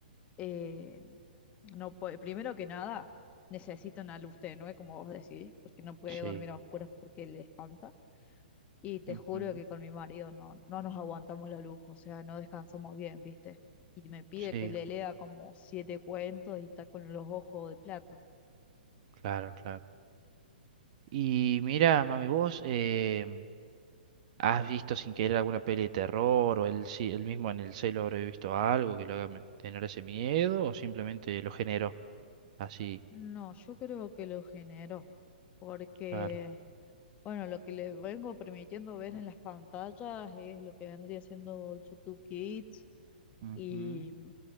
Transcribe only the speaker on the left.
eh, no puede- primero que nada, necesito una luz tenue, como vos decís, porque no puede
dormir a oscuras porque le espanta. Y te
juro que con mi marido no, no nos aguantamos la luz, o sea, no descansamos bien, ¿viste? Y me pide
que le lea como siete cuentos y está con los ojos de plato.
No, yo creo que lo generó, porque,
bueno, lo que le vengo permitiendo ver en las pantallas es lo que vendría siendo YouTube Kids
y,